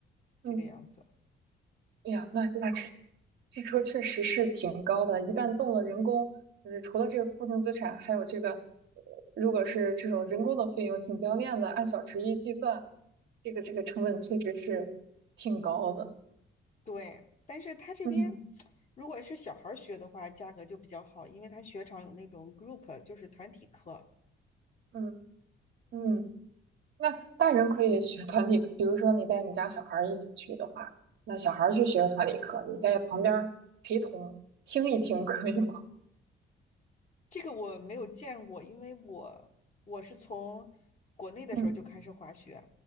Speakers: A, on the right (about 70°); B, on the left (about 40°).
A: 嗯，
B: 这个样子。
A: 哎呀，那那这这车确实是挺高的，一旦动了人工，就是除了这个固定资产，还有这个，呃如果是这种人工的费用，请教练的按小时一计算，这个这个成本确实是挺高的。
B: 对，但是他这边
A: 嗯
B: 如果是小孩儿学的话，价格就比较好，因为他雪场有那种 group，就是团体课。
A: 嗯嗯，那大人可以学团体课比如说你带你家小孩儿一起去的话，那小孩儿去学团体课，你在旁边儿陪同听一听 <laughs>，可以吗？
B: 这个我没有见过，因为我我是从国内的时候就开始滑雪，
A: 嗯